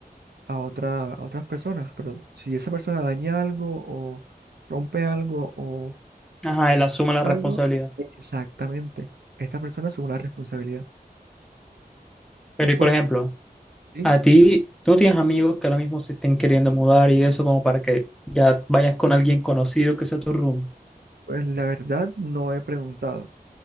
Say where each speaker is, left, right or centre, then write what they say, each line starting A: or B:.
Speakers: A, on the right; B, in the centre.
A: a otra, a otras personas, pero si esa persona daña algo o rompe algo o
B: Ajá, él asume la
A: algo,
B: responsabilidad.
A: exactamente, esta persona asume la responsabilidad.
B: Pero
A: Y pues,
B: y por ejemplo,
A: sí,
B: a ti, tú no tienes amigos que ahora mismo se estén queriendo mudar y eso como para que ya vayas con alguien conocido que sea tu room.
A: pues la verdad no he preguntado.